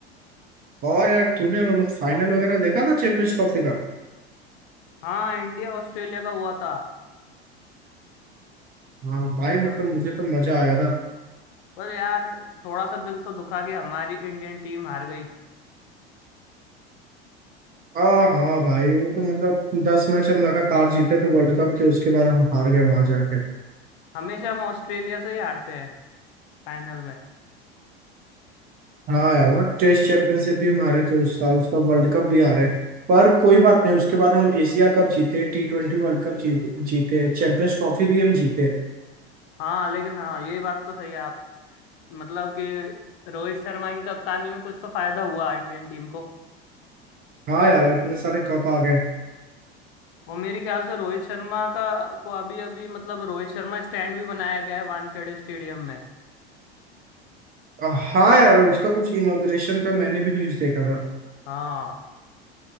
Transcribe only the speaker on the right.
और यार तूने मतलब फाइनल वगैरह देखा था चैंपियंस ट्रॉफी का
हाँ भाई मतलब मुझे तो मजा आया था
हाँ हाँ भाई वो तो मतलब दस मैच हम लगातार जीते थे वर्ल्ड कप के उसके बाद हम हार गए वहां जाके
हाँ यार मतलब टेस्ट चैंपियनशिप भी हमारे तो उस साल उसका वर्ल्ड कप भी आ रहा है पर कोई बात नहीं उसके बाद हम एशिया कप जीते टी ट्वेंटी वर्ल्ड कप जीत जीते चैंपियंस ट्रॉफी भी हम जीते
हाँ यार इतने सारे कप आ गए
अ, हाँ यार उसका कुछ इनॉग्रेशन का मैंने भी न्यूज देखा था